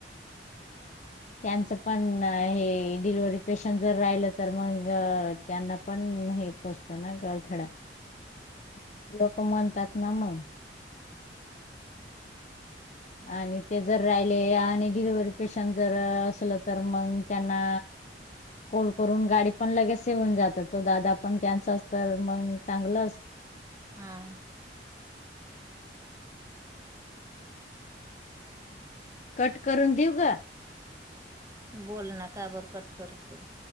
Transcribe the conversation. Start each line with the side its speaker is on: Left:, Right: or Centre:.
Left: त्यांचं पण हे डिलिव्ही पेशंट जर राहिलं तर मग त्यांना पण हे पोचत ना ग <unintelligible> लोक मन त्यात ना म. आणि ते जर राहिले आणि डिलिव्हरी पेशंट जर असलं तर मग त्यांना, कोल करून गाडी पण लगेस येऊन जात तो दादा पण त्यांचाच तर मग चांगलंच असं
Right: हा.
Left: कट करून देऊ ग.
Right: बोल ना काबर कट करतय.